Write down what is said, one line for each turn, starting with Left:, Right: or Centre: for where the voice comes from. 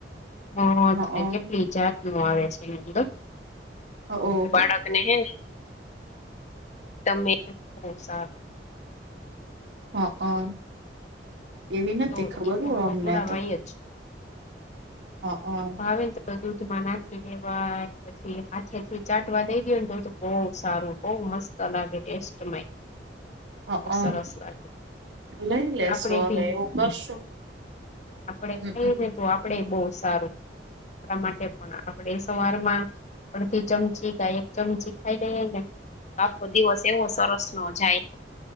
Left: મધને
Right: હ
Left: કેટલી જાતનું આવે છે, અંદર
Right: ઓહો
Left: ને બાળકને હેને,? <unintelligible> તમે <inaudible> બહુ સારૂ.
Right: હા હંઅન એવી નથી
Left: તો
Right: ખબર
Left: એ તો
Right: હો
Left: ખવડાવાય
Right: અમને તો,
Left: જ.
Right: હા
Left: ભાવે નેતો દૂધમાં નાખી દેવાય, પછી હાથે થી ચાટવા દઈ દયો નેતો બહુ સારું. બઉ મસ્ત લાગે ટેસ્ટમાંય. <unintelligible> <inaudible>
Right: હકન,
Left: બહુ સરસ લાગે
Right: લઈ લેશો
Left: આપડે
Right: હવે
Left: ભી
Right: એવું કરશું,
Left: આપડે
Right: હમમ
Left: ખાઈ નેતો આપડે બહુ સારું. આપણા માટે પણ આપણે સવારમાં અડધી ચમચી કા એક ચમચી ખાઈ લઈએ ને, આખો દિવસ એવો સરસનો જાય.